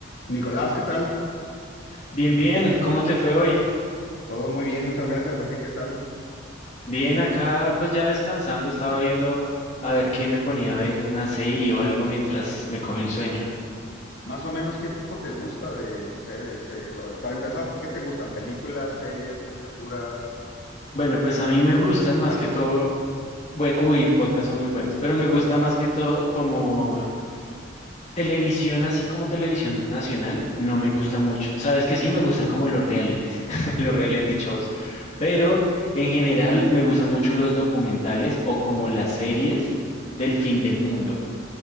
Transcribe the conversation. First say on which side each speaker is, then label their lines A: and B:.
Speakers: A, on the left; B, on the left.
A: Nicolás, ¿qué tal?
B: Bien, bien, ¿cómo te fue hoy?
A: Todo muy bien, muchas gracias. ¿A ti qué tal?
B: Bien, acá pues ya descansando, estaba viendo a ver qué me ponía a ver una serie o algo mientras me coge el sueño.
A: Más o menos, ¿qué tipo te gusta de, no sé, de, se- para empezar, ¿qué te gustan? ¿Películas, series, caricaturas,
B: Bueno, pues a mí me gustan
A: podcast?
B: más que todo,
A: Ujú.
B: bueno, uy, podcasts son muy buenos, pero me gusta más que todo como televisión, así como televisión nacional, no me gusta mucho. Sabes que sí, me gustan como los realities, <laughs> los reality shows, pero en general me gustan mucho los documentales o como las series del fin del mundo.